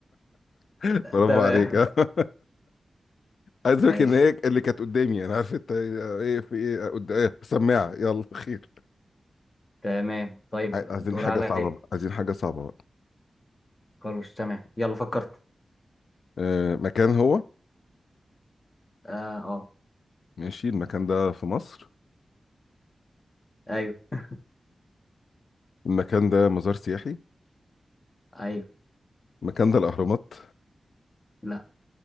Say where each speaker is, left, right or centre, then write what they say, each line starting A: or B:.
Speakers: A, on the left; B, on the left.
A: <laughs> برافو
B: تمام
A: عليك آه. عايز
B: <laughs> ماشي
A: اقول ان هي اللي كانت قدامي انا عارف انت ايه إيه، في ايه قد- إيه، سماعه يلا خير
B: تمام طيب
A: عاي- عايزين
B: الدور
A: حاجه
B: عليا
A: آه. صعبه بقى عايزين حاجه صعبه بقى
B: خلاص تمام يلا فكرت
A: آه مكان هو
B: اه اه
A: ماشي المكان ده في مصر
B: ايوه
A: المكان ده مزار سياحي
B: ايوه
A: المكان ده الأهرامات
B: لا